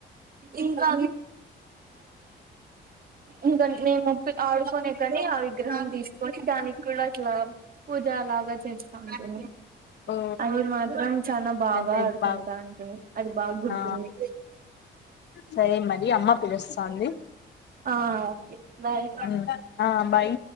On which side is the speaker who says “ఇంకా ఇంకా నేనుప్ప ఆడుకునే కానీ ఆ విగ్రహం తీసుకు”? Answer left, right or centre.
Right